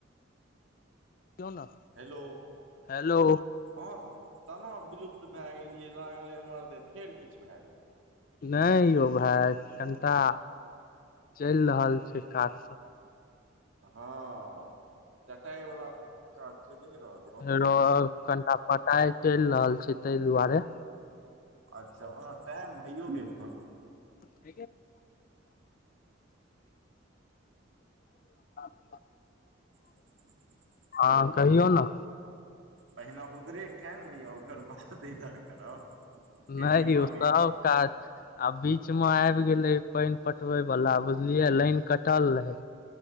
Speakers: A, on the left; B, on the right.
A: कहियौ न।
B: हेलो,
A: हेलो
B: अहा तऽ तना विलुप्त भए गेलियै लागलै हमरा जे फेर किछ भए गेलै।
A: न‌इ यौ भाय कनिटा चैल रहल छै काज स
B: हँ कटाइ बला त काज चैले रहल।
A: एगो और कनिटा पटाइ चैल रहल छै तै दुआरे।
B: अच्छा ओना टाइम भैयो गेल हं।
A: ब <inaudible>
B: <inaudible>
A: हँ कहियौ ने।
B: पहिने उधरे केए न लियऽ ओकर बाद इधर करब। खेती
A: न‌इ यौ
B: बाड़ी
A: सब काज आ बीच में आइब गेलै पाइन पटबै वाला बुझलिये लाइन कटल रहै।